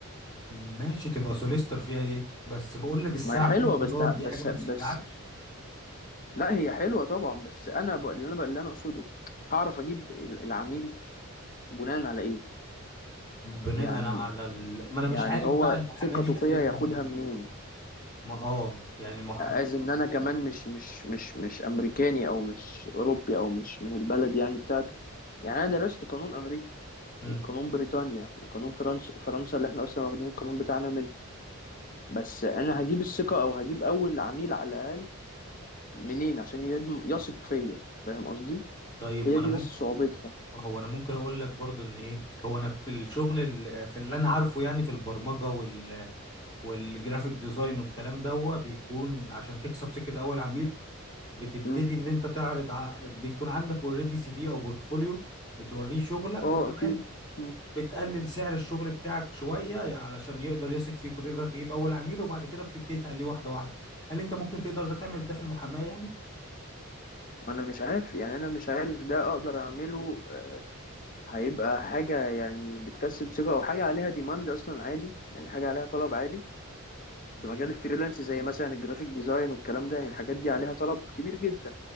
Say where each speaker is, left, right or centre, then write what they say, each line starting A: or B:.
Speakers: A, on the left; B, on the left.
A: ماشي تبقى سوليستر فيها ايه بس بقول لك الساعه
B: ما هي حلوه
A: ب 100 دولار
B: بس
A: دي
B: بس
A: حاجه ما تشجعكش
B: بس لا هي حلوه طبعا بس انا بقى اللي انا بقى اللي انا اقصده هعرف اجيب ال- العميل بناء على ايه
A: بناء
B: يعني
A: على ال... ما انا
B: يعني
A: مش عارف
B: هو
A: بقى المحاماه
B: ثقته
A: دي دخلتها
B: فيا ياخدها
A: منين
B: منين
A: ما اه يعني المح
B: از ان انا كمان مش مش مش مش امريكاني او مش اوروبي او مش من البلد يعني بتاعته يعني انا درست قانون امريكا
A: مم.
B: وقانون بريطانيا وقانون فرنسا فرنسا اللي احنا اصلا واخدين القانون بتاعنا منه بس انا هجيب الثقة او هجيب اول عميل على الاقل منين عشان يدم- يثق فيا فاهم قصدي
A: طيب
B: هي
A: ما انا
B: دي
A: ممكن
B: بس صعوبتها
A: هو انا ممكن اقول لك برضو ان ايه هو انا في الشغل ال... في اللي انا عارفه يعني في البرمجه وال... والجرافيك ديزاين والكلام ده هو بيكون عشان تكسب سكه اول عميل بتبتدي
B: مم.
A: ان انت تعرض ع... بيكون عندك اوريدي سي في او بورتفوليو بتوريه شغلك
B: اه
A: وكمان
B: اكيد مم.
A: بتقلل سعر الشغل بتاعك شوية علشان يقدر يثق فيك وتقدر تجيب اول عميل وبعد كده بتبتدي تعليه واحدة واحدة هل انت ممكن تقدر ده تعمل ده في المحاماة يعني
B: انا مش عارف يعني انا مش عارف ده اقدر اعمله هيبقى حاجة يعني بتكسب ثقة أو حاجة عليها ديماند أصلا عالي يعني حاجة عليها طلب عالي
A: هي
B: في مجال الفريلانس زي مثلا الجرافيك ديزاين والكلام ده يعني الحاجات دي عليها طلب كبير جدا